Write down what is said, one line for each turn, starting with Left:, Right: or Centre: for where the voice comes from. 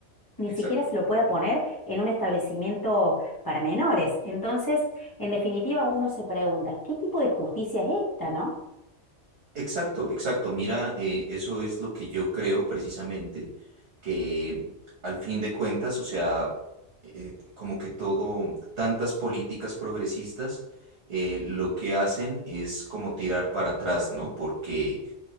Left: ni
Right: exacto.
Left: siquiera se lo pueda poner en un establecimiento para menores. Entonces, en definitiva, uno se pregunta, ¿qué tipo de justicia es esta, no?
Right: Exacto, exacto. Mira, eh, eso es lo que yo creo precisamente, que al fin de cuentas, o sea, eh, como que todo, tantas políticas progresistas, eh, lo que hacen es como tirar para atrás, ¿no? Porque